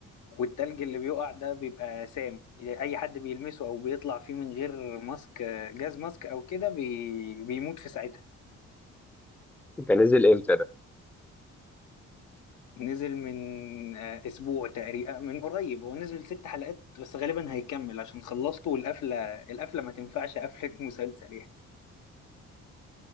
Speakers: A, on the left; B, in the centre.
A: والتلج اللي بيقع ده بيبقى سام أي حد بيلمسه أو بيطلع فيه من غير ماسك آه، جاز ماسك أو كده بي... بيموت في ساعتها
B: ده نزل امتى ده
A: نزل من آه، اسبوع تقريبا من قريب هو نزل ست حلقات بس غالبا هيكمل عشان خلصته والقفله القفله ما تنفعش قفله <laughs> مسلسل يعني